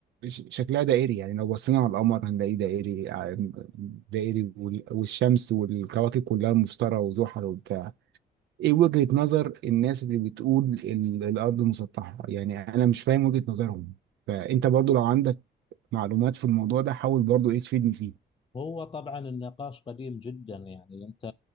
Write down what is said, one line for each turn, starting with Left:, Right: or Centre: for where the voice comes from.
Right: ش- شكلها دائري يعني لو بصينا على القمر هنلاقيه دائري ع- دائري وال- والشمس والكواكب كلها مشتري وزحل وبتاع ايه وجهة نظر الناس اللي بتقول ال- الارض مسطحة يعني انا مش فاهم وجهة نظرهم فانت برضو لو عندك معلومات في الموضوع ده حاول برضو ايه تفيدني فيه
Left: هو طبعا النقاش قديم جدا يعني انت